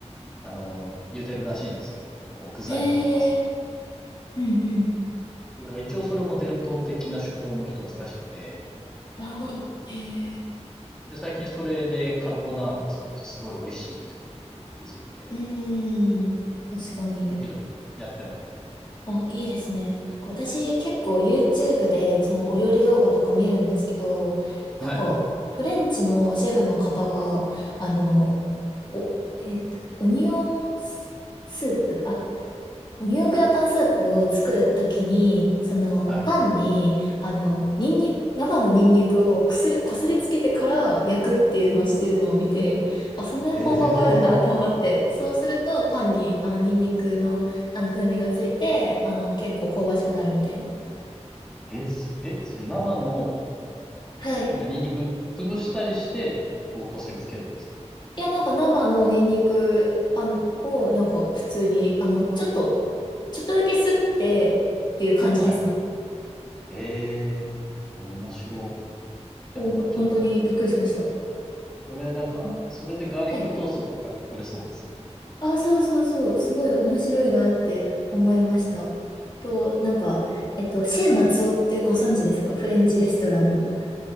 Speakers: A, in the centre; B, on the left (about 40°).
A: あの、茹でるらしいんですよ。こう、具材とパスタ
B: ん。へえ、うんうん。
A: を。だから一応それも伝統的な手法の一つらしくて、
B: なるほど。へえ、
A: で、最近それでカルボナーラを作るとすごい美味しいってことに気づいて、
B: うんうん。確かに。
A: 時々やってますね。
B: お、いいですね。なんか私結構 YouTube でそのお料理動画とか見るんですけど、なんかフレンチのシェフの方が、
A: はい。
B: あの、お、えっと、オニオンス、スープ、あ、オニオングラタンスープを作るときに、そのパンに、
A: はい。
B: あの、ニンニク、生のニンニクをくすり、こすりつけてから焼くっていうのをしてるのを見て、あ、そんな方法があるんだと思って、
A: え
B: そうするとパンにあのニンニクのあの風味がついて、あの結構香ばしくなるみたいな。
A: ええ、す、え、それ生の、
B: はい。い
A: なんかニンニク潰したりして、こう、こすりつけるんですか
B: や、なんか生のニンニクあんをなんか普通に、あの、ちょっと、ちょっとだけすってっていう感じですね。
A: はい。ええ、面白。いや、
B: お、本当にびっくりしました。
A: ちょっと、それなんか、
B: うん
A: それでガーリックトーストとか作れそうですね。
B: はいあ、そうそうそう、すごい面白いなって思いました。
A: うん。
B: と、なんか、えっと、シェー松尾ってご存知ですかフレンチレストランの。